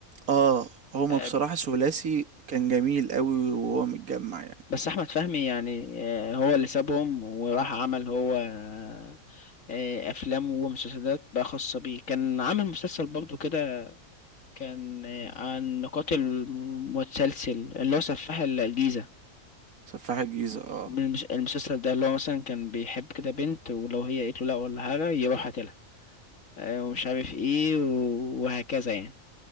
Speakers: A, on the right; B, on the left.
A: اه هما
B: آه،
A: بصراحة ثلاثي كان جميل قوي وهو متجمع يعني
B: بس احمد فهمي يعني آه، هو اللي سابهم وراح عمل هو آه، آه، افلام ومسلسلات بقى خاصة بيه كان عامل مسلسل برضه كده كان آه، عن قاتل متسلسل اللي هو سفاح الجيزة
A: سفاح الجيزة اه
B: المس- المسلسل ده اللي هو مثلا كان بيحب كده بنت ولو هي قالت له لا ولا حاجة يروح قاتلها آه، ومش عارف ايه و- وهكذا يعني